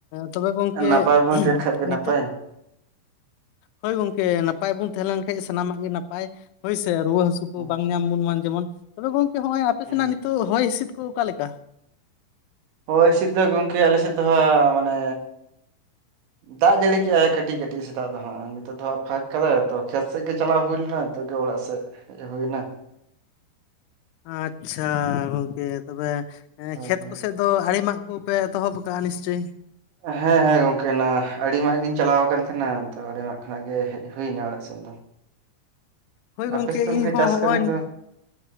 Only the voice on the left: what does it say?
ᱛᱚᱵᱮ ᱜᱚᱝᱠᱮ
ᱱᱤᱛᱚᱜ?
ᱦᱳᱭ ᱜᱚᱝᱠᱮ ᱱᱟᱯᱟᱭ ᱵᱚᱱ ᱛᱟᱦᱮᱸ ᱞᱮᱱ ᱠᱷᱟᱡ ᱥᱟᱱᱟᱢᱟᱜ ᱜᱮ ᱱᱟᱯ ᱱᱟᱯᱟᱭ ᱦᱚᱳᱭᱥᱮ ᱨᱩᱣᱟᱹ ᱦᱟᱥᱩ ᱠᱚ
ᱵᱟᱝ ᱧᱟᱢ ᱵᱚᱱ ᱢᱟ ᱡᱮᱢᱚᱱ ᱛᱚᱵᱮ ᱜᱚᱝᱠᱮ ᱦᱚᱜ-ᱚᱭ ᱟᱯᱮ
ᱥᱮᱱᱟᱜ ᱱᱤᱛᱚᱜ ᱦᱚᱭ ᱦᱤᱸᱥᱤᱫ ᱠᱚ ᱚᱠᱟ ᱞᱮᱠᱟ?
ᱟᱪᱪᱷᱟ ᱜᱚᱝᱠᱮ ᱛᱚᱵᱮ
ᱠᱷᱮᱛ
ᱠᱚᱥᱮᱜ ᱟᱫᱚ ᱦᱟᱲᱤ ᱢᱟᱜ ᱠᱚᱯᱮ ᱮᱛᱚᱦᱚᱵ ᱟᱠᱟᱟᱜᱼᱟ ᱱᱤᱥᱪᱚᱭᱭ
ᱦᱳᱭ ᱜᱚᱝᱠᱮ
ᱤᱧ ᱦᱚᱸ
ᱦᱚᱜ-ᱚᱭ